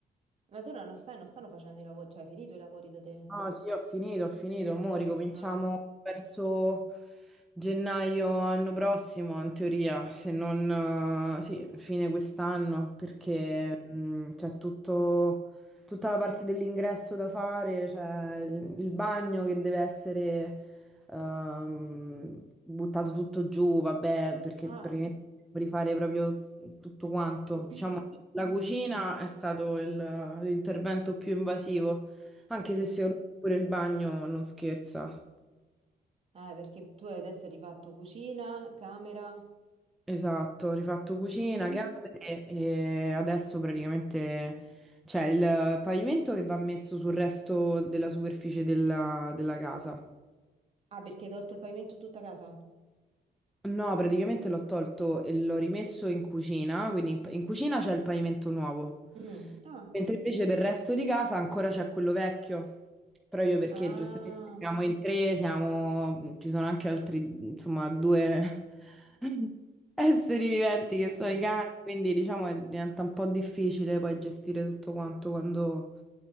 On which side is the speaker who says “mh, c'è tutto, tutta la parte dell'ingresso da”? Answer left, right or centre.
Centre